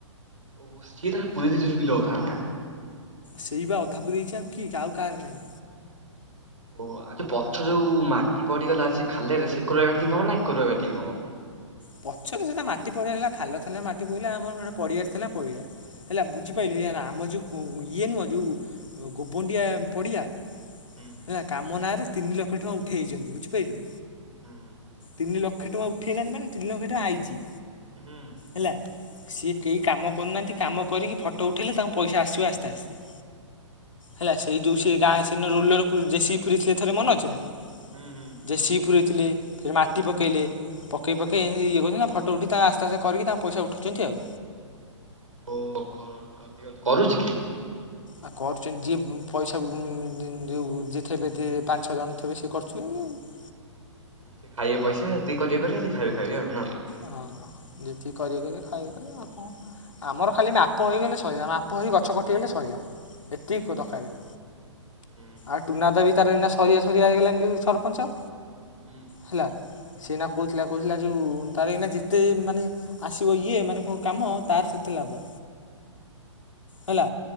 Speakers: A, on the right (about 85°); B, on the left (about 70°).
A: ଓ ସିଏ ତାର ପୁରେଇ ଦେଇଚି ସେ ବିଲଗୁଡା ନା?
B: ସେଇ ବା ଅଧା ପୂରେଇଚି ଆଉ କିଏ କି ଆଉ କାଆର ନାଇଁ।
A: ଓହୋ ଆଉ ପଛ ଯୋଉ ମାଟି ପଡିଗଲା ସେ ଖାଲରେ ସେ କରୁଆ ବ୍ୟାଟିଂ ହବ ନା ଏ କରୁଆ ବ୍ୟାଟିଂ ହବ?
B: ପଛରେ ସେଟା ମାଟି ପଡିଗଲା ଖାଲ ଥିଲା ମାଟି ପଇଲା ଆମର ପଡିଆରେ ଥିଲା ପଇଲା। ହେଲା ବୁଝିପାଇଲୁ ୟାର୍ ଆମର ଯୋଉ ଇଏ ନୁହଁ ଯୋଉ ଗୋବଣ୍ଡିଆ ପଡ଼ିଆ
A: ହୁଁ
B: ହେଲା କାମ ନାଁରେ ତିନି ଲକ୍ଷ ଟଙ୍କା ଉଠେଇ ଚନ୍ତି ବୁଝିପାରିଲୁ
A: ହୁଁ
B: ତିନି ଲକ୍ଷ ଟଙ୍କା ଉଠେଇ ନାହାନ୍ତି ମାନେ ତିନି ଲକ୍ଷ ଟଙ୍କା ଆଇଚି
A: ହୁଁ।
B: ହେଲା ସିଏ କେଇ କାମ କରୁନାହାନ୍ତି କାମ କରିକି ଫଟୋ ଉଠେଇଲେ ତାଙ୍କୁ ପଇସା ଆସିବ ଆସ୍ତେ ଆସ୍ତେ ହେଲା ସେଇ ଯୋଉ ସେ ଗାଁ ସେଦିନ ରୋଲର ଜେସିପି ପୁରେଇ ଥିଲେ ଥରେ ମନେ ଅଛି ନା?
A: ହୁଁ ହୁଁ। ହୁଁ।
B: ଜେସିପି ପୁରେଇ ଥିଲେ ସେଠି ମାଟି ପକେଇଲେ ପକେଇ ପକେଇ ଏମ୍ ତି ଇଏ କରୁଚନ୍ତି ତାଙ୍କ ଫଟୋ ଉଠେଇ ତାଙ୍କ ଆସ୍ତେ ଆସ୍ତେ କରିକି ତାଙ୍କ ପଇସା ଉଠଉଚନ୍ତି ଆଉ।
A: ଓ କର୍ କରି ଦିଅନ୍ତୁ।
B: ଆଉ କରୁଚନ୍ତି ଯିଏ ପଇସା ଯଉ ଯିଏ ଥେବେ ପାଞ୍ଚ ଛଅ ଜଣ ଥିବେ ସିଏ କରୁଚନ୍ତି ଆଉ।
A: ସେ ଖାଇବେ ପଇସା ଯେତିକି କରିବେ କରିବେ ସେ ଖାଇବେ ଖାଇବେ ଆଉ ନା।
B: ହଁ ଯେତିକି କରିବେ କରିବେ ଖାଇବେ ଖାଇବେ। ଆମର ଖାଲି ମାପ ହେଇଗଲେ ସଇଲା ମାପ ହୋଇ ଗଛ କଟିଗଲେ ସଇଲା। ଏତିକ ଦକାରେ।
A: ହୁଁ
B: ଆଉ
A: ହୁଁ
B: ଟୁନାଦା ବି ତାର ଏଇନା ସରିଆ ସରିଆ ହେଇଗଲାଣି ଯୋଉ ସରପଞ୍ଚ
A: ହୁଁ
B: ହେଲା ସିଏ ଏଇନା କହୁଥିଲା କହୁଥିଲା ଯୋଉ ତାର ଏଇନା ଯେତେ ମାନେ ଆସିବ ଇଏ ମାନେ କଣ କାମ ତାର ସେତେ ଲାଭ ହେଲା